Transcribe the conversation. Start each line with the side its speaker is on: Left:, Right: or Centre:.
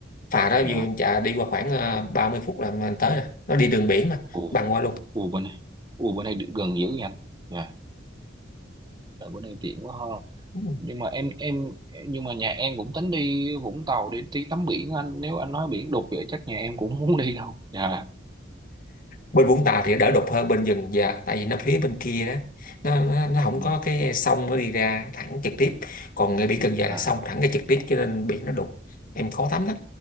Left: phà đó
Right: dạ
Left: vừa em chạy đi qua khoảng ờ, 30 phút là mình tới rồi nó đi đường biển mà
Right: ồ
Left: bằng qua luôn
Right: ồ bên này ồ bên này gần dữ nha anh dạ tại bữa nay tiện quá ha
Left: ừ.
Right: nhưng mà em em nhưng mà nhà em cũng tính đi Vũng Tàu để đi tắm biển anh nếu anh nói biển đục vậy chắc nhà em cũng không muốn đi đâu dạ
Left: bên Vũng Tàu thì nó đỡ đục hơn bên dừng giờ tại vì nó phía bên kia đó nó nó, nó không
Right: Ừ.
Left: có cái sông nó đi ra thẳng trực tiếp còn ngay biển Cần Giờ
Right: à
Left: là sông thẳng ra trực tiếp cho nên biển nó đục em khó tắm lắm